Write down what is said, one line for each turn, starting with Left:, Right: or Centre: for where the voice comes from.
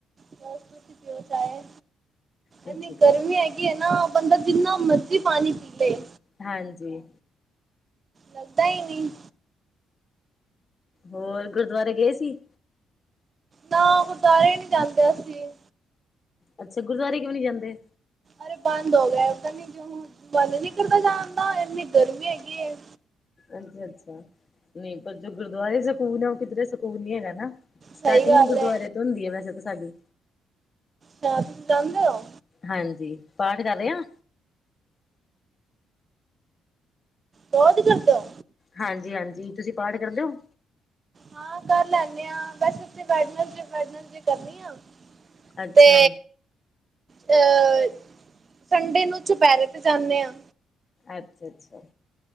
Right: ਬਸ ਤੁਸੀਂ ਪੀਓ ਚਾਇ,
Left: ਹਾਂਜੀ
Right: ਇੰਨੀ ਗਰਮੀ ਹੈਗ ਏ ਨਾ ਬੰਦਾ ਜਿੰਨਾ ਮਰਜ਼ੀ ਪਾਣੀ ਪੀ ਲਏ।
Left: ਹਾਂਜੀ।
Right: ਲੱਗਦਾ ਹੀ ਨਹੀਂ।
Left: ਹੋਰ ਗੁਰਦੁਆਰੇ ਗਏ ਸੀ?
Right: ਨਾ ਗੁਰਦੁਆਰੇ ਨੀ ਜਾਂਦੇ ਅਸੀਂ।
Left: ਅੱਛਾ, ਗੁਰਦੁਆਰੇ ਕਿਉ ਨੀ ਜਾਂਦੇ?
Right: ਅਰੇ ਬੰਦ ਹੋ ਗਿਆ ਪਤਾ ਨਹੀਂ ਕਿਉਂ ਹੁਣ ਮਨ ਨੀ ਕਰਦਾ ਜਾਣ ਦਾ ਇੰਨੀ ਗਰਮੀ ਹੈਗੀ ਹੈ।
Left: ਅੱਛਾ, ਅੱਛਾ ਨਹੀਂ ਪਰ ਜੋ ਗੁਰਦੁਆਰੇ ਸਕੂਨ ਹੈ ਉਹ ਕਿਧਰੇ ਸਕੂਨ ਨੀ ਹੈਗਾ ਨਾ। ਸਟਾਰਟਿੰਗ
Right: ਸਹੀ ਗੱਲ
Left: ਗੁਰਦੁਆਰੇ
Right: ਹੈ
Left: ਤੋਂ ਹੁੰਦੀ ਹੈ ਵੈਸੇ ਤਾਂ ਸਾਡੀ।
Right: ਹ ਤੁਸੀਂ ਜਾਦੇ ਹੋ?
Left: ਹਾਂਜੀ, ਪਾਠ ਕਰ ਰੇ ਆ।
Right: ਰੋਜ ਕਰਦੇ ਹੋ?
Left: ਹਾਂਜੀ, ਹਾਂਜੀ ਤੁਸੀਂ ਪਾਠ ਕਰਦੇ ਹੋ?
Right: ਹਾਂ, ਕਰ ਲੈਂਨੇਂ ਆਂ ਵੈਸੇ ਤੇ ਵੈਡਨਸ ਡੇ, ਵੈਡਨਸ ਡੇ ਕਰਨੀ ਆ।
Left: ਅੱਛਾ
Right: ਤੇ ਅਹ, ਸੰਡੇ ਨੂੰ ਚੁਪਹਿਰੇ ਤੇ ਜਾਨੇ ਆਂ।
Left: ਅੱਛਾ, ਅੱਛਾ